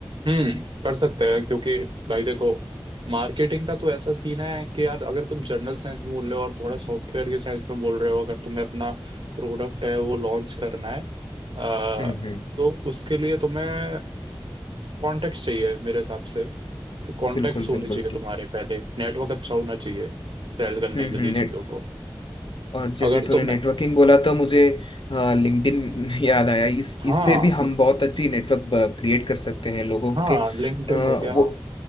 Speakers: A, on the right; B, on the left.
A: हम्म कर सकते हैं क्योंकि भाई देखो मार्केटिंग का तो ऐसा सीन है कि यार अगर तुम जनरल सेंस में बोल रहे हो और थोड़ा सॉफ्टवेयर के सेंस में बोल रहे हो अगर तुम्हें अपना प्रोडक्ट है वो लॉन्च करना है अ,
B: हम्म हम्म
A: तो उसके लिए तुम्हें कॉन्टेक्ट चाहिए मेरे हिसाब से कि कॉन्टेक्ट
B: बिल्कुल
A: होने
B: बिल्कुल
A: चाहिए
B: ठीक
A: तुम्हारे पहले नेटवर्क अच्छा होना चाहिए सेल करने
B: हम्म
A: के
B: हम्म
A: लिए
B: नेट
A: चीजों को
B: और जैसे
A: अगर
B: तूने
A: तुम
B: नेटवर्किंग बोला तो मुझे लिंक्डइन <laughs> याद आया इस
A: हाँ
B: इससे भी हम बहुत अच्छी नेटवर्क क्रिएट कर सकते हैं लोगों
A: हाँ
B: के
A: लिंक्डइन
B: अ, वो
A: हो गया